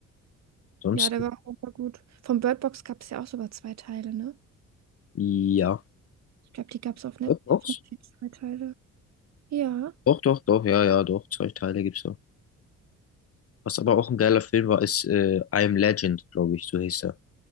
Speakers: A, on the left; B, on the right.
A: Sonst,
B: Ja, der war auch super gut. Von Bird Box gab es ja auch sogar zwei Teile, ne?
A: ja.
B: Ich glaube, die gab es auf Net
A: Ja, Doch,
B: auf Netflix zwei Teile. Ja.
A: doch, doch, doch, ja, ja, doch, zwei Teile gibt's da. Was aber auch ein geiler Film war, ist äh, I Am Legend, glaube ich, so hieß er.